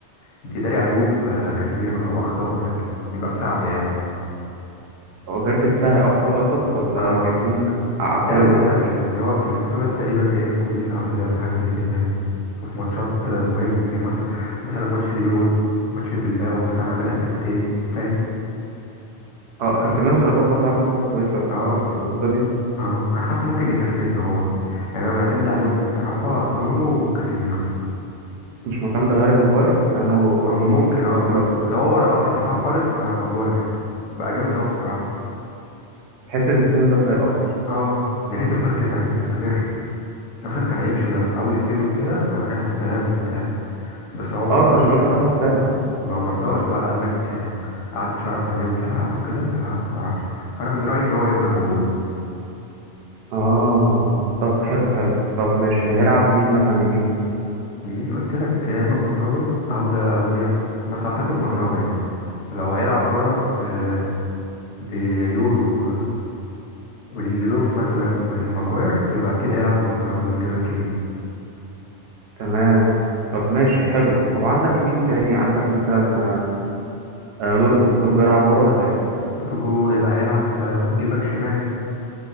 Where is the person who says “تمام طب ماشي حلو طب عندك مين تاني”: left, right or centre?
Right